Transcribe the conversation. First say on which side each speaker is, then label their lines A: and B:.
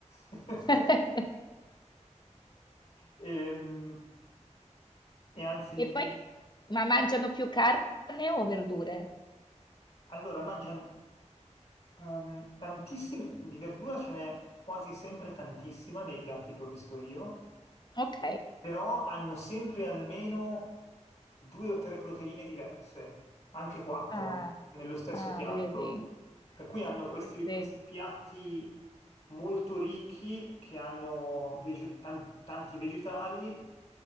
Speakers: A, on the left; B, on the left.
A: <laughs>
B: <laughs>
A: E, ehm, e anzi,
B: E poi, ma mangiano più carne o verdure?
A: allora mangiano ehm, tantissime, di verdura ce n'è quasi sempre tantissima nei piatti che ho visto io.
B: Ok.
A: però hanno sempre almeno due o tre proteine diverse, anche quattro,
B: Ah,
A: nello stesso
B: ah,
A: piatto.
B: vedi.
A: Per cui
B: Sì,
A: hanno questi,
B: sì, sì.
A: questi piatti molto ricchi che hanno vege- tan- tanti vegetali.